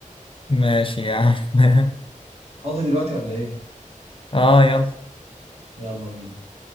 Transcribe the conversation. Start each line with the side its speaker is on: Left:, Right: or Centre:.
Left: ماشي يا عم <laughs>
Right: فاضي دلوقتي ولا ايه؟
Left: اه يلا
Right: يلا بينا